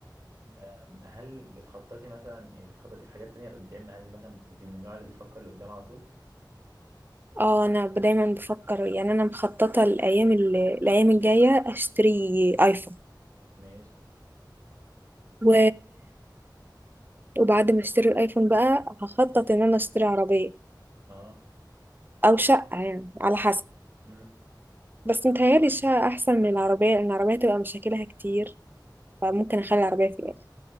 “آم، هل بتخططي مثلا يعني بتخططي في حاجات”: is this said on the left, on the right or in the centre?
Right